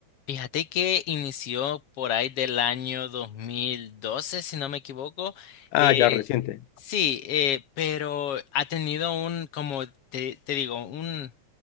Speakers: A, on the left; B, on the left.
A: Fíjate que inició por ahí del año 2012, si no me equivoco.
B: Ah,
A: Eh,
B: ya reciente.
A: sí, eh, pero ha tenido un, como te, te digo, un,